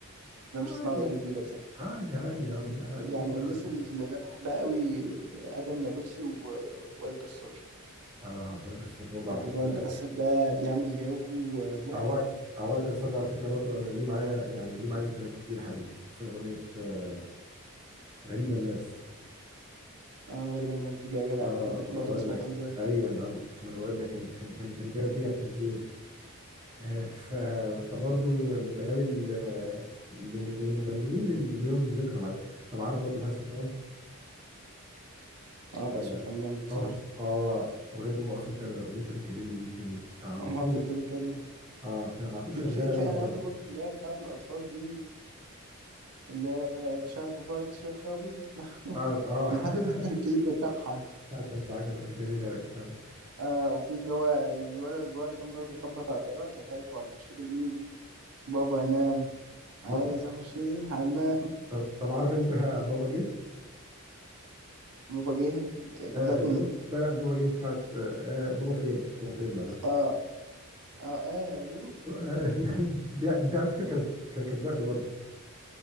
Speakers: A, on the right (about 85°); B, on the right (about 20°).
A: أنا
B: عادي
A: مش هسمع الأغاني الجديدة بصراحة
B: عادي عادي يا عم لا عادي
A: يعني
B: طالما ده
A: من الناس
B: قرار
A: اللي أنا بحبها قوي آدم نابلسي ووائل جسار
B: اه وائل جسار برضه
A: يعني
B: على فكره
A: هو الجسار ده بيعمل جو مرعب
B: هو وائل جسار ده على فكره برضه انا ليه معايا يعني ليه معايا ذكريات كتير حلوه خصوصا اغنيه آه، غريبه الناس
A: اه غريبة الناس دي يا جدع
B: اه
A: انا كنت
B: ما
A: برضو
B: انا بقول
A: بسمع
B: لك
A: حمزة
B: ايوه يا عم ما انا بقول لك كانت كانت كانت كانت دايما بتيجي على التلفزيون آه، ف... فبرضو يعني من الاغاني ال... من من المغنيين اللي ليهم ذكرى معايا طب عارف برضو بهاء سلطان
A: اه بقى
B: آه،
A: سلطان جامد بصراحة
B: أم آه أغنية أم أقف وأنت وأنت بتكلمني دي كانت على
A: <laughs> أما
B: طول
A: هو في انت بتتكلم
B: آه كانت على طول
A: في
B: شغالة
A: في في
B: وأنا
A: اغاني
B: صغير
A: برضو اللي هي بتاعت الاطفال دي اللي هي شخبط شخابيط لخبط.
B: بتاعت آه
A: <laughs> انا لحد دلوقتي فاكر
B: <laughs>
A: الكليب بتاعها
B: بتاعت نانسي عجرم كانت جميلة أوي فعلا
A: آه وفي اللي هو الولد الصغير اللي كان بيقعد يخبط على- تقريبا كانت هايفة ولا مش فاكر مين بابا نام عايز
B: بابا
A: اخش الحمام
B: طب طب عارف أنت بابا جه؟
A: بابا جه ك- كانت
B: آه
A: بتاعت
B: لو
A: مين
B: لا لا مش بابا جه بتاعت آه بابا فين؟ بابا فين معلش
A: اه اه, آه الو
B: آه
A: <laughs>
B: <laughs> دي, دي على فكرة كانت كانت كانت وقتي برضه